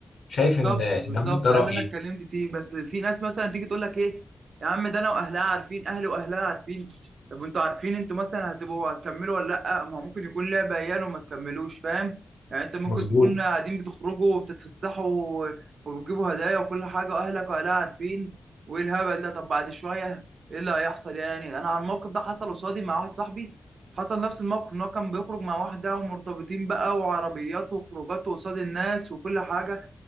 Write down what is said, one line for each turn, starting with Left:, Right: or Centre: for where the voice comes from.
Left: شايف
Right: بالظبط
Left: ان ان
Right: بالظبط
Left: هم ده
Right: ده
Left: رايي
Right: اللي انا اتكلمت فيه بس في ناس مثلا تيجي تقول لك ايه يا عم ده انا واهلها عارفين اهلي واهلها عارفين طب انتوا عارفين انتوا مثلا هتبقوا هتكملوا ولا لا ما هو ممكن يكون لعبه عيال وما تكملوش فاهم يعني انت ممكن
Left: مظبوط
Right: تكون قاعدين بتخرجوا وبتتفسحوا و- وبتجيبوا هدايا وكل حاجه واهلك واهلها عارفين وايه الهبل ده طب بعد شويه ايه اللي هيحصل يعني انا على الموقف ده حصل قصادي مع واحد صاحبي حصل نفس الموقف ان هو كان بيخرج مع واحده ومرتبطين بقى وعربيات وخروجات قصاد الناس وكل حاجه